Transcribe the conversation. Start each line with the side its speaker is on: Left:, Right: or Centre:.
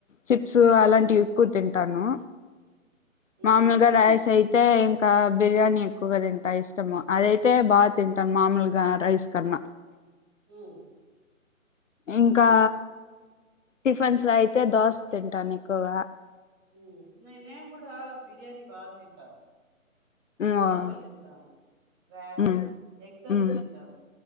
Left: చిప్స్ అలాంటివి ఎక్కు తింటాను మాములుగా
Right: ఉమ్,
Left: రైస్ అయ్ తే ఇంకా బిర్యానీ ఎక్కువగా తింటా ఇష్టము. అదైతే బా తింటాను మామూలుగా రైస్ కన్నా
Right: ఉమ్
Left: ఇంకా
Right: ఉమ్.
Left: టిఫన్స్ లో అయితే దోశ తింటాను ఎక్కువగా
Right: ఉమ్ నే నేను గూడా బిర్యానీ బాగా తింటాను
Left: ఉమ్,
Right: దోసలు తింటాను. రేరు
Left: ఉమ్,
Right: ఎగ్ దోశ
Left: ఉమ్,
Right: తింటాను.